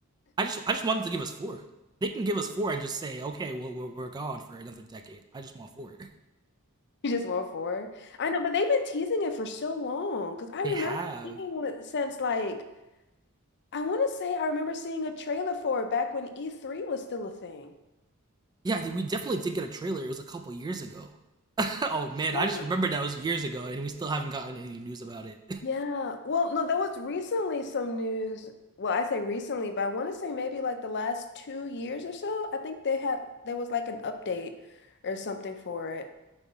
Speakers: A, on the right; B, on the left.
A: I just I just wanted to give us four. They can give us four and just say, okay, well we're we're gone for another decade. I just want four. <laughs>
B: You just want four. I know, but they've been teasing it for so long because I
A: They
B: remember
A: have
B: seeing it since like I want to say I remember seeing a trailer for it back when E3 was still a thing.
A: Yeah, we definitely did get a trailer. It was a couple years ago. <laughs> oh man,
B: Yeah.
A: I just remembered that was years ago, and we still haven't gotten any news about it.
B: Yeah. Well, no, there was recently some news. Well, I say recently, but I want to say maybe like the last two years or so. I think they had there was like an update or something for it.